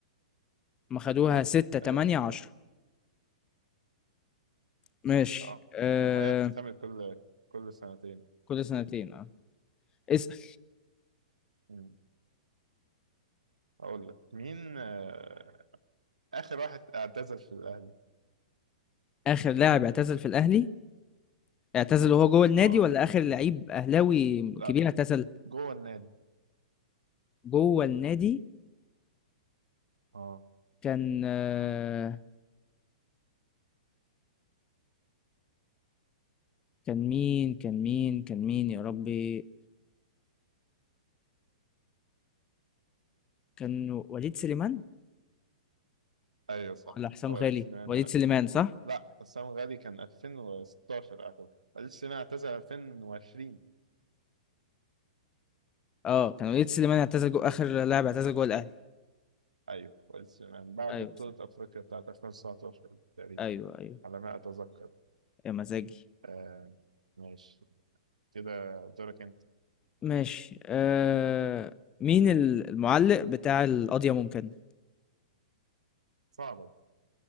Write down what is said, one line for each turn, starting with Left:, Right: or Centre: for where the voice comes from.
Left: ما خدوها 6 8
Right: ايوه 2010
Left: 10 ماشي
Right: اه
Left: آه...
Right: ما هي بتتعمل كل كل سنتين
Left: كل سنتين اه اسأل
Right: مم. اقول لك مين آه اخر واحد اعتزل في الاهلي؟
Left: آخر لاعب اعتزل في الأهلي اعتزل وهو جوه النادي
Right: اه
Left: ولا آخر لعيب أهلاوي
Right: لا
Left: كبير اعتزل
Right: جوه النادي
Left: جوه النادي
Right: اه
Left: كان آه، كان مين كان مين كان مين يا ربي كان وليد سليمان
Right: ايوه صح
Left: ولا حسام
Right: هو
Left: غالي
Right: الاتسينانا
Left: وليد سليمان صح
Right: لا حسام غالي كان 2016 اعتقد الاتسينانا اعتزل 2020
Left: اه كان وليد سليمان اعتزل جو اخر لاعب اعتزل جوه الاهلي
Right: ايوه والاتسينانا بعد
Left: ايوه
Right: بطولة
Left: صح
Right: افريقيا بتاعت 2019 تقريبا
Left: ايوه ايوه
Right: على ما اتذكر
Left: يا مزاجي
Right: آه ماشي كده دورك انت
Left: ماشي آه... مين ال- المعلق بتاع القضية ممكن
Right: صعبة دي.